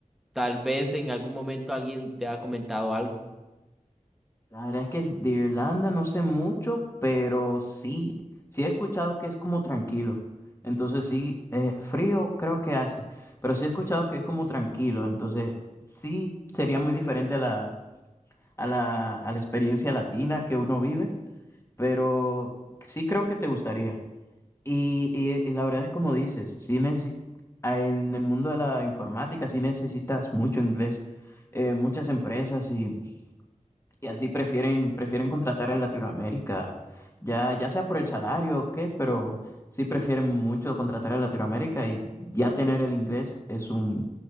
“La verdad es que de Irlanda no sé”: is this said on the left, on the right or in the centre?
Left